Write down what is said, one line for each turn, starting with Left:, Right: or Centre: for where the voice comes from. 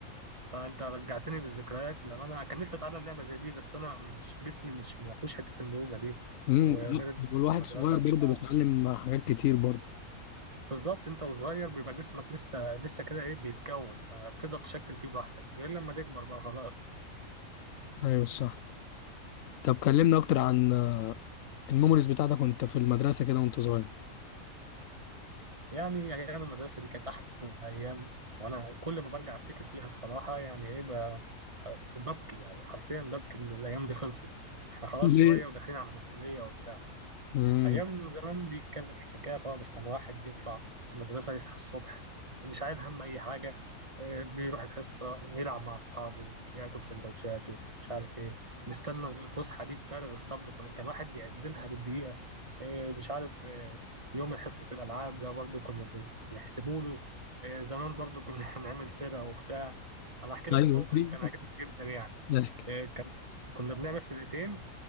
Right: فأنت رجعتني بالذكريات لما أنا كان نفسي أتعلم لعبة زي دي بس أنا مش جسمي مش ما فيهوش حتة المرونة دي
Left: امم
Right: وغير
Left: لا هو الواحد
Right: المدرسة
Left: صغير
Right: وبتاع
Left: برضه بيتعلم حاجات كتير برضه
Right: بالظبط أنت وصغير بيبقى جسمك لسه لسه كده إيه بيتكون فبتقدر تشكل فيه براحتك غير لما تكبر بقى خلاص
Left: ايوه صح طب كلمنا اكتر عن الميموريز بتاعتك وانت في المدرسه كده وانت صغير
Right: يعني أيام المدرسة دي كانت أحلى أيام وأنا كل ما برجع أفتكر فيها الصراحة يعني إيه ب- ببكي يعني حرفيا ببكي إن الأيام دي خلصت إحنا خلاص
Left: <laughs>
Right: شوية
Left: ليه؟
Right: وداخلين على مسؤولية وبتاع
Left: امم
Right: أيام زمان دي كانت حكاية خالص كان واحد يطلع المدرسة يصحى الصبح مش عايل هم أي حاجة آه، بيروح الحصة يلعب مع أصحابه ياكل سندوتشاته مش عارف إيه نستنى الفسحة دي بفارغ الصبر كنا- كان واحد بيعدلها بالدقيقة آه، مش عارف آه، يوم حصة الألعاب ده برضو كنا بنحسبه له آه، زمان برضو كنا <laughs> هنعمل فرقة وبتاع أنا أحكي لك
Left: ايوه
Right: موقف
Left: ليه؟
Right: كان عجبني جدا يعني
Left: ضحك
Right: آه، كان كنا بنعمل فرقتين